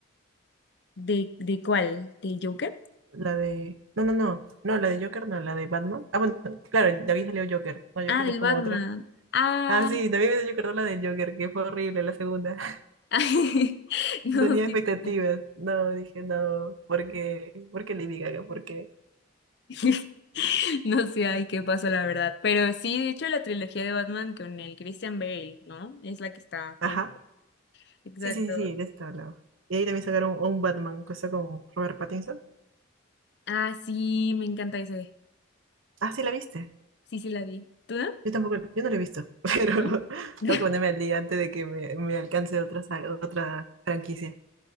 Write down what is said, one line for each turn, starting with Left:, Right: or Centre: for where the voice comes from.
Left: ¿De, de cuál? ¿Del Joker?
Right: La de... No, no, no. No, la de Joker, no, la de Batman. Ah, bueno, claro, David salió Joker. No, Joker
Left: Ah, del
Right: es como
Left: Batman.
Right: otro.
Left: Ah,
Right: Ah, sí, también me Joker, no, la de Joker, que fue horrible la segunda. <laughs>
Left: <laughs> no,
Right: Tenía
Left: sí,
Right: expectativas.
Left: pues.
Right: No, dije no, porque, porque Lady Gaga, porque...
Left: <laughs> No sé, ay, qué pasó, la verdad. Pero sí, de hecho, la trilogía de Batman con el Christian Bale, ¿no? Es la que está
Right: Ajá.
Left: bien. Exacto.
Right: Sí, sí, sí, sí, de esta hablaba. Y ahí también sacaron un Batman, cosa con Robert Pattinson.
Left: Ah, sí, me encanta ese.
Right: Ah, sí, la viste.
Left: Sí, sí, la vi. ¿Tú no?
Right: Yo tampoco, yo no lo he visto, <laughs> pero
Left: ¿No? <laughs>
Right: tengo que ponerme al día antes de que me, me alcance otra, saga- otra franquicia.